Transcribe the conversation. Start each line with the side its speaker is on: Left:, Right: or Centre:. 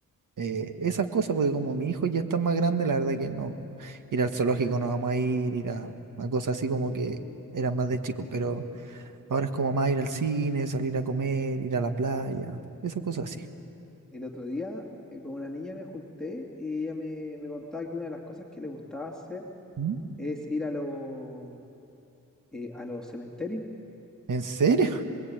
Right: eh, esas cosas, porque como mi hijo ya está más grande, la verdad que no, ir al zoológico no vamos a ir, ir a, a cosas así como
Centre: Mm.
Right: que eran más de chicos, pero ahora es como más ir al cine, salir a comer, ir a la playa, esas cosas así.
Centre: el otro día eh, con una niña me junté y ella me, me contaba que una de las cosas que le gustaba hacer
Right: ¿Mm?
Centre: es ir a, los eh, a los cementerios,
Right: ¿En serio?